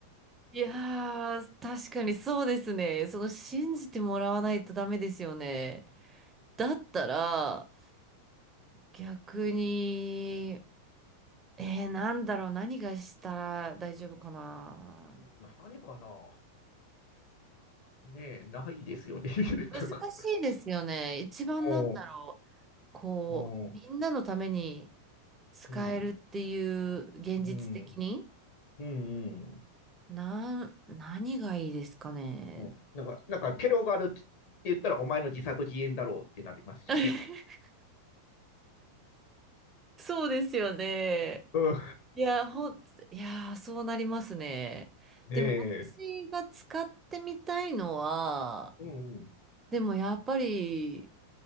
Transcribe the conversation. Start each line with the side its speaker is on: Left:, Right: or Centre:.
Right: いやー、確かにそうですね。その信じてもらわないとダメですよね。だったら、逆に、えー、なんだろう、何がしたら大丈夫かな。
Left: 何かなねえ、ないですよね。<laughs>
Right: 難しいですよね。
Left: なんか
Right: 一番なんだろう、
Left: お
Right: こう、
Left: お
Right: みんなのために使えるっていう現実的に、
Left: うん、うん、うん、うん。
Right: なん、何がいいですかね。
Left: うんなんか、なんか、テロがあるって言ったら、お前の自作自演だろうってなりますしね。
Right: <laughs> そうですよね。
Left: うん、
Right: いや、ほん、いやー、そうなりますね。
Left: ねえ。
Right: でも私が使ってみたいのは、
Left: うん、
Right: でもやっぱり、